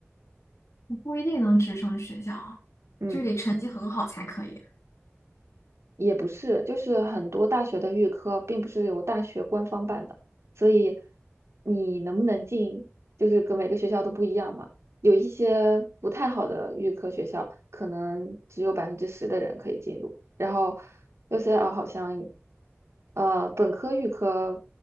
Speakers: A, on the left (about 85°); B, on the right (about 75°).
A: 不一定能直升学校啊就是得成绩很好才可以。
B: 嗯，也不是，就是很多大学的预科并不是由大学官方办的，所以你能不能进，就是跟每个学校都不一样嘛。有一些不太好的预科学校，可能只有百分之十的人可以进入，然后 UCL 好像，呃，本科预科